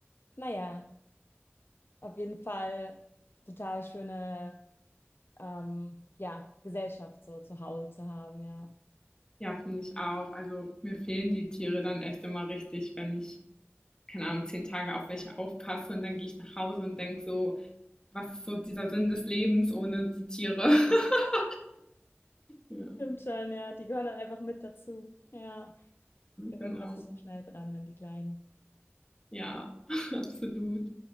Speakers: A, on the left; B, on the left.
A: naja, auf jeden Fall total schöne ähm, ja, Gesellschaft so zu Hause zu haben, ja.
B: Ja, finde ich auch. Also, mir fehlen die Tiere dann echt immer richtig, wenn ich, keine Ahnung, 10 Tage auf welche aufpasse und dann gehe ich nach Hause und denke so: „Was ist so dieser Sinn des Lebens ohne die Tiere?“ <laughs> Ja,
A: Stimmt schon, ja. Die gehören dann einfach mit dazu. Ja. gewöhnt
B: genau.
A: man sich so schnell dran an die kleinen
B: Ja, <laughs> absolut.